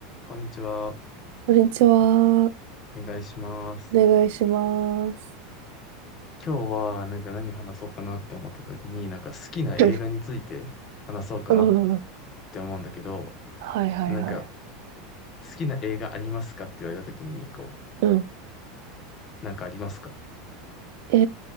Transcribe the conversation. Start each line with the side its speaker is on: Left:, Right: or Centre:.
Left: こんにちは。
Right: こんにちは。お
Left: お願いします。
Right: 願いします。
Left: 今日はなんか何話そうかなって思った時に、なんか好きな映画について話そうかなっ
Right: うん。うん
Left: て思うんだけど、
Right: はいはいはい。
Left: なんか好きな映画ありますかって言われた時に、こう、
Right: うん。
Left: なんかありますか
Right: え